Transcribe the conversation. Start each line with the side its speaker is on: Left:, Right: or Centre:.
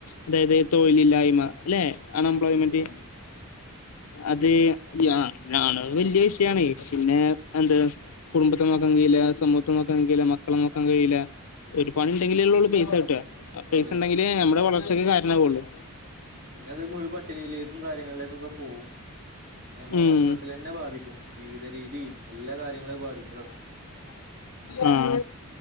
Left: അതായത് തൊഴിലില്ലായ്മ ല്ലെ? അൺഎംപ്ലോ്മെന്റ്
Right: ഉം ഉം
Left: അത് അ ആള്കൾ വല്യ വിഷയാണെയ് പിന്നെ എന്ത കുടുംബത്തെ നോക്കൻ കഴിയില്ല സമൂഹ നോക്കാൻ കഴിയില്ല മക്കളെ നോക്കാൻ കഴിയില ഒരു പണി ഉണ്ടെങ്കിലള്ള ഉള്ളൂ പൈസ കിട്ടുക പൈസ
Right: അതെ
Left: ഉണ്ടെങ്കില് നമ്മടെ വളർച്ചക്ക് കാരണമാവുള്ളൂ
Right: പിന്നെ അത് മുഴു പട്ടിണിയിലേക്കും കാര്യങ്ങളിലേക്കൊക്കെ പോവും നമ്മൾ
Left: ഉം
Right: മൊത്തത്തിലെന്നെ ബാധിക്കും ജീവിത രീതി എല്ലാ കാര്യങ്ങളേം ബാധിക്കലോടങ്ങും
Left: ആഹ